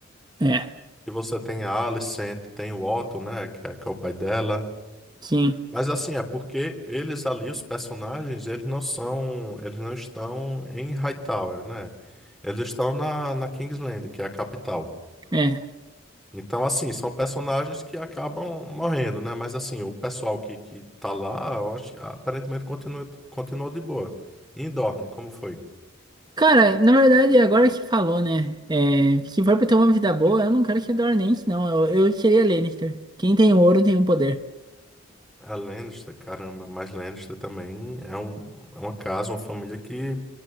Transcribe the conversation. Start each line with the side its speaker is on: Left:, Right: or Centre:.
Right: é,
Centre: E você tem a Alicent, tem o Otto, né? Que é, que é o pai dela.
Right: sim,
Centre: Mas assim, é porque eles ali, os personagens, eles não são, eles não estão em Hightower, né? Eles estão na, na Kingsland, que é a capital.
Right: é.
Centre: Então, assim, são personagens que acabam morrendo, né? Mas assim, o pessoal que, que tá lá, eu acho, aparentemente continua, continuou de boa. E em Dorne, como foi?
Right: Cara, na verdade, agora que falou, né? É, se for pra ter uma vida boa, eu não quero que Dornense, não. Eu, eu seria Lannister. Quem tem ouro tem o poder.
Centre: É Lannister, caramba, mas Lannister também é, um, é uma casa, uma família que